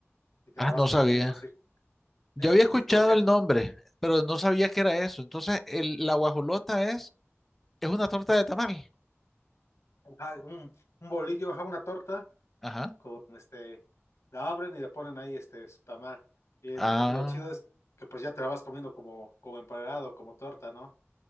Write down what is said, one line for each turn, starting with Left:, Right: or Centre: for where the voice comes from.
Left: Y te
Centre: ah,
Left: la vas
Centre: no
Left: comiendo
Centre: sabía.
Left: así.
Centre: Yo
Left: Es,
Centre: había escuchado
Left: es por lo que
Centre: el
Left: hay,
Centre: nombre, pero no sabía que era eso. Entonces, el, la guajolota es, es una torta de tamal.
Left: ajá, un, un bolillo, ajá, una torta
Centre: Ajá.
Left: con este, la abren y le ponen ahí este su tamal. Y, el-
Centre: Ah,
Left: y lo chido es que pues ya te la vas comiendo como, como empanado, como torta, ¿no?